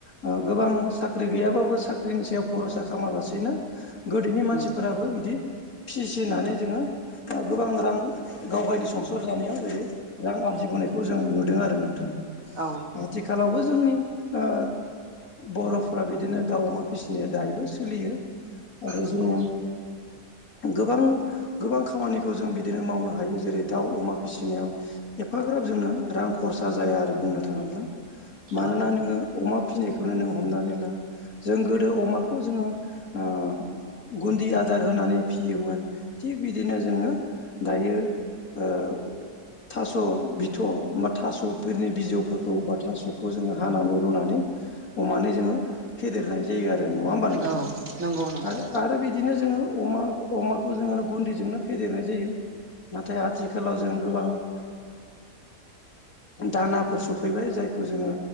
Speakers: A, on the left (about 60°); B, on the right (about 55°).
A: ओ गोबां साख्रि गैयाबाबो साख्रिनि सायाव भर'सा खालामालासेनो गोदोनि मानसिफोराबो
B: उम
A: बिदि फिसिनानै जोंङो ओ गोबां रां गाव गावनि संसार जानायाव जुदि रां आरजिबोनायखौ जों नुदों आरो नोंथां।
B: औ
A: आथिखालावबो जोंनि ओ बर'फोरा बिदिनो दाउ अमा फिसिनाया दायोबो सोलियो आरो
B: नंगौ
A: जोंङो गोबां गोबां खामानिखौ जों बिदिनो मावनो हायो जेरै दाउ अमा फिसिनायाव एफाग्राब जोंनो रां खरसा जाया आरो बुंनो थांङोब्ला। मानोना
B: औ
A: नोंङो अमा फिनायखौनो नों हमनानै ला जों गोदो अमाखौ जोंङो औ गुन्दि आदार होनानै फियोमोन थिग बिदिनो जोंङो दायो ओ थास' बिथ' बा थास'फोरनि बिजौफोरखौ बा थास'खौ जोंङो हानानै रुनानै अमानो जोंङो फेदेरनाय जायो आरो नंङा होमबा नोंथां
B: औ नंगौ नंगौ
A: आरो आरो बिदि बिदिनो जोंङो अमा अमाखौ जोंङो गुन्दि जोंनो फेदेरनाय जायो। नाथाय आथिखालाव जों गोबां ओ दानाफोर सफैबाय जायखौ जोङो